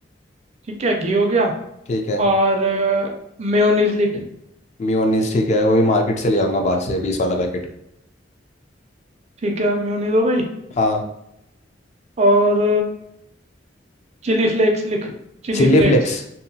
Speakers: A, on the right; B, on the left.
A: ठीक है घी हो गया
B: ठीक है
A: और मेयोनीज लिख
B: मियोनीस ठीक है वो भी मार्केट से ले आऊंगा बाहर से बीस वाला पैकेट
A: ठीक है मेयोनीज हो गई
B: हाँ
A: और चिली फ्लेक्स लिख Chilli
B: Chilli
A: flakes
B: flakes